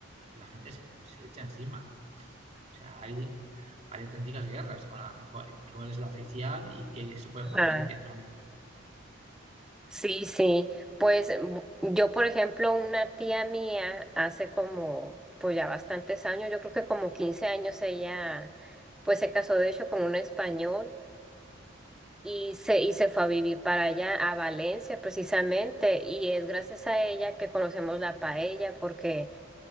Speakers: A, on the right; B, in the centre.
A: la gente se, se le echa encima. O sea, hay, hay auténticas guerras con la- cuál cuál es la oficial y qué se puede
B: Ajá.
A: poner y qué no.
B: Sí, sí, pues mm, yo, por ejemplo, una tía mía hace como, pues ya bastantes años, yo creo que como 15 años ella, pues se casó de hecho con un español y se, y se fue a vivir para allá, a Valencia precisamente, y es gracias a ella que conocemos la paella, porque